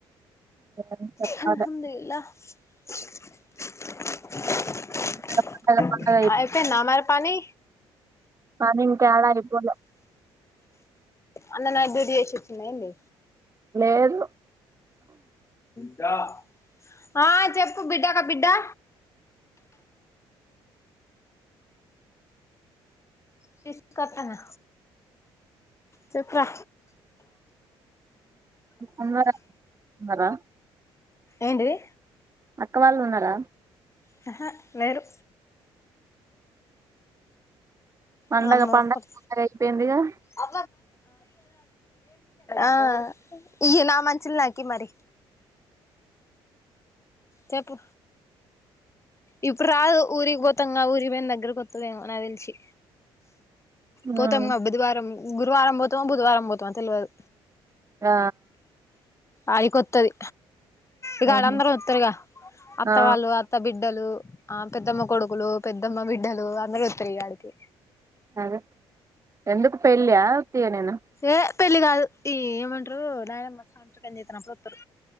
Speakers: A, on the right (about 25°); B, on the left (about 25°).
A: అ <unintelligible> చెప్పాలే
B: అల్హమ్దుల్లా <inaudible>
A: పండగ పండగ
B: అయిపోయిందా మరి పని
A: కానీ ఇంకేడా అయిపోలే
B: అన్న నైట్ డ్యూటి జేసి వచ్చిండా ఏంది
A: లేదు
B: బిడ్డా ఆ చెప్పు బిడ్డ ఒక బిడ్డా తీసుకత్తనా చప్పరా
A: ఉన్నరా ఉన్నార
B: ఏంటిీది
A: అక్క వాళ్ళు ఉన్నార
B: యహా లేేరు
A: పండగ
B: వామ్మో
A: పండగ
B: <unintelligible>
A: పండగ అయిపోయిందిగా
B: అ ఆ నా మనుషల్కకి మరి చెప్పు ఇప్పుడు రాదు ఊరికి బోతంగా ఊరికిపోయిన దగ్గరకొత్తదేమో నాక్ దెలిసి
A: ఉమ్.
B: పోతంగా బుధవారం గురువారం పోతమో బుధవారం పోతామా తెల్వదు
A: ఆ
B: అయికొత్తది ఇకడందరూ
A: ఆహా
B: వత్తరుగా అత్త
A: ఆ
B: వాళ్ళు అత్త బిడ్డలు ఆ పెద్దమ్మ కొడుకులు పెద్దమ్మ బిడ్డలు అందరుూ వస్తారు ఇగ ఆడికి
A: అదే ఎందుకు పెళ్ళ్యా ఉత్తిగా నే నా
B: ఏ పెళ్ళి కాదు ఈ ఏమంటారు నాయనమ్మ సంవత్సరం చేస్తారు. అప్పుడు వస్తారు